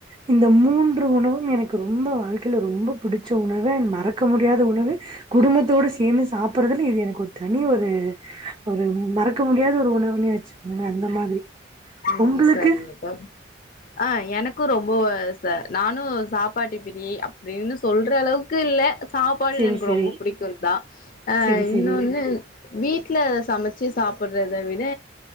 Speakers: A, on the right; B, on the left.
A: இந்த மூன்று உணவும் எனக்கு ரொம்ப வாழ்க்கையில ரொம்ப பிடிச்ச உணவு மறக்க முடியாத உணவு குடும்பத்தோடு சேந்து சாப்ட்றதுல இது எனக்கு ஒரு தனி ஒரு ஒரு மறக்க முடியாத ஒரு உணவுன்னே வச்சுக்கோங்களே அந்த மாதிரி
B: ம்
A: உங்களுக்கு
B: சரிங்க தோழி ஆ எனக்கு ரொம்ப ச நானு சாப்பாட்டு பிரியை அப்டின்னு சொல்ற அளவுக்கு இல்ல சாப்பாடு
A: செரி
B: எனக்கு
A: செரி
B: ரொம்ப புடிக்குந்தா ஆ
A: செரி
B: இன்னொன்னு
A: செரி
B: வீட்ல சமைச்சி சாப்புட்றத விட